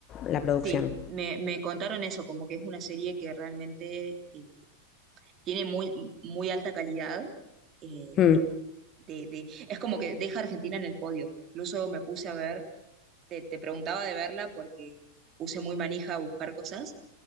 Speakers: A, on the left; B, on the right.
A: la producción.
B: Sí, me, me contaron eso, como que es una serie que realmente eh, tiene muy, muy alta calidad, eh,
A: Mm.
B: de, de, es como que deja a Argentina en el podio. Incluso me puse a ver te, te preguntaba de verla porque puse muy manija a buscar cosas